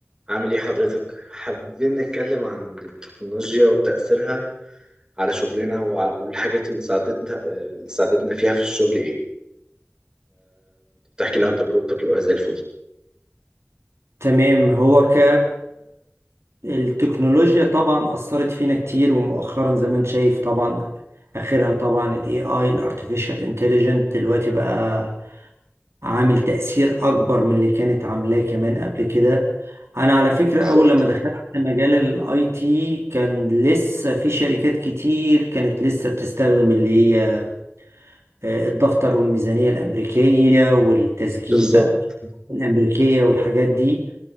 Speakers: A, on the right; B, on the right.
A: عامل ايه حضرتك؟ حابين نتكلم عن التكنولوجيا وتأثيرها على شغلنا وع- والحاجات اللي ساعدتنا اللي ساعدتنا فيها في الشغل ايه؟ فتحكي لي عن تجربتك يبقى زي الفل
B: تمام هو ك التكنولوجيا طبعا أثرت فينا كتير ومؤخرا زي ما انت شايف طبعا آخرها طبعا ال AI ال Artificial Intelligence دلوقتي بقى عامل تأثير أكبر من اللي كانت عاملاه كمان قبل كده أنا على فكرة
A: بالظبط
B: أول لما دخلت في مجال ال IT كان لسه في شركات كتير كانت لسه بتستخدم اللي هي آه، الدفتر والميزانية الأمريكية والتسجيل
A: بالظبط
B: بقى الأمريكية والحاجات دي